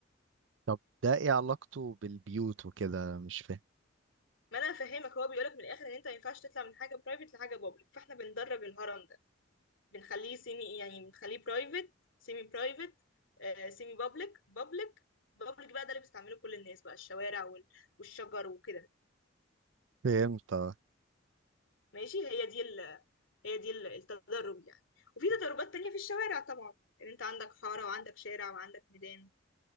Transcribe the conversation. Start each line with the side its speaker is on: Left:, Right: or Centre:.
Right: طب ده ايه علاقته بالبيوت وكده مش فاهم
Left: ما انا فاهمك هو بيقولك من الاخر ان انت ما ينفعش تطلع من حاجة برايفت لحاجة بابليك فاحنا بندرج الهرم ده بنخليه سيمي يعني بنخليه برايفت سيمي برايفت سيمي بابليك بابليك بابليك بقى ده اللي بيستعمله كل الناس بقى الشوارع وال- والشجر وكده
Right: فهمت اه
Left: ماشي هي دي ال... هي دي ال- التدرب يعني وفي تدربات تانية في الشوارع طبعا ان انت عندك حارة وعندك شارع وعندك ميدان